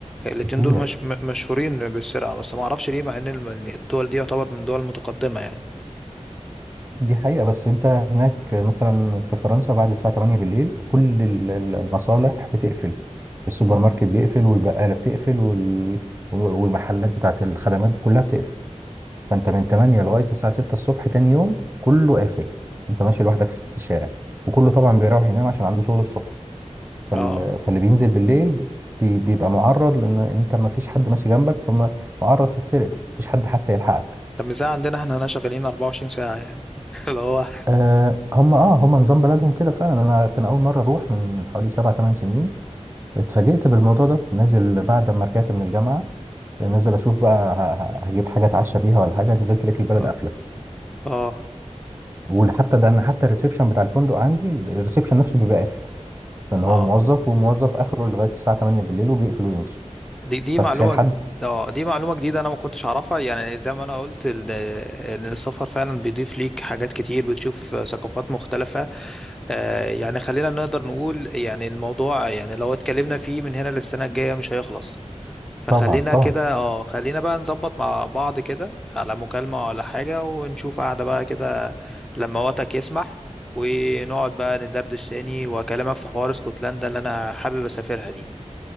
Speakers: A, in the centre; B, on the right.
A: الاتنين
B: كتير
A: دول مش م- مشهورين بالسرقة بس ما اعرفش ليه مع ان الم- الدول دي يعتبر من دول متقدمة يعني
B: دي حقيقه بس انت هناك مثلا في فرنسا بعد الساعه 8 بالليل كل ال- ال- المصالح بتقفل السوبر
A: مم.
B: ماركت بيقفل والبقاله بتقفل وال... والمحلات بتاعت الخدمات كلها بتقفل فانت من 8 لغايه الساعه 6 الصبح تاني يوم كله قافل انت ماشي لوحدك في الشارع وكله طبعا بيروح ينام عشان عنده شغل الصبح فال...
A: اه
B: فاللي بينزل بالليل ب- بي... بيبقى معرض لان انت ما فيش حد ماشي جنبك فمعرض تتسرق مفيش حد حتى يلحقك
A: طب مش زي عندنا احنا هنا شغالين 24 ساعة يعني <laughs> اللي هو
B: أه هم اه هم نظام بلدهم كده فعلا انا كان اول مره اروح من من حوالي سبع ثمان سنين اتفاجئت بالموضوع ده نازل بعد ما رجعت من الجامعه نازل اشوف بقى ه- ه- هجيب حاجه اتعشى بيها ولا حاجه نزلت لقيت البلد
A: اه
B: قافله
A: اه
B: وحتى ده انا حتى الريسبشن بتاع الفندق عندي الريسبشن نفسه بيبقى قافل لان
A: اه
B: هو موظف وموظف اخره لغايه الساعه 8 بالليل وبيقفل ويمشي
A: دي دي
B: فتخيل
A: معلومة
B: حد
A: اه دي معلومة جديدة انا ما كنتش اعرفها يعني زي ما انا قلت ال- ان السفر فعلا بيضيف ليك حاجات كتير بتشوف ثقافات مختلفة آه يعني خلينا نقدر نقول يعني الموضوع يعني لو اتكلمنا فيه من هنا للسنة الجاية مش هيخلص فخلينا
B: طبعا طبعا
A: كده اه خلينا بقى نظبط مع بعض كده على مكالمة ولا حاجة ونشوف قعدة بقى كده لما وقتك يسمح ونقعد بقى ندردش تاني واكلمك في حوار اسكتلندا اللي انا حابب اسافرها دي